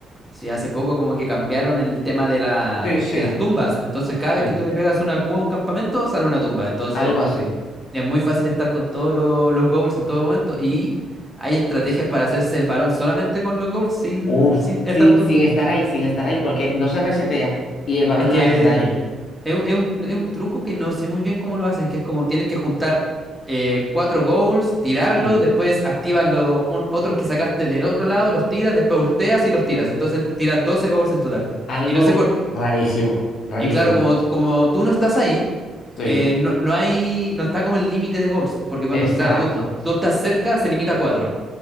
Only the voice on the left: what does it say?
Sí, sí,
sí.
Algo así.
Uf,
sin,
sin estar ahí, sin estar ahí, porque no se resetea y el varón
no le haces daño.
Sí,
algo
rarísimo, rarísimo.
Sí.
Exacto.